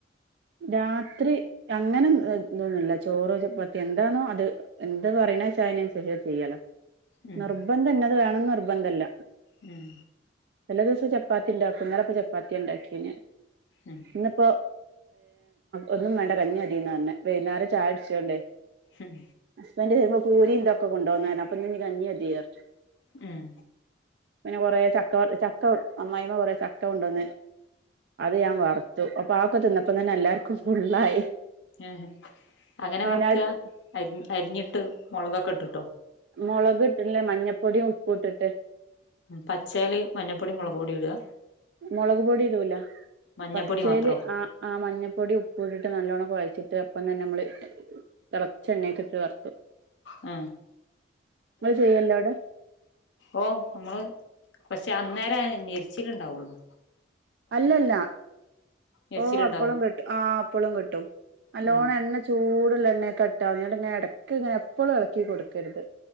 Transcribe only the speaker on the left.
ഉം
ഉം
ഉം
ഉം
ഉം
ഏ അങ്ങനെ
വർക്കാ
അരിഞ്ഞിട്ട് മുളകൊക്കെ ഇട്ട്ട്ടോ
പച്ചേല് മഞ്ഞപ്പൊടി മുളക് പൊടി ഇടുക.
മഞ്ഞപ്പൊടി
മാത്രോ
ഉ
ഓ അമ്മള് പക്ഷേ അന്നേരം ആ ഞെരിച്ചില് ഇണ്ടാവുള്ളു
ഞെരിച്ചിലുണ്ടാവോ
ഉം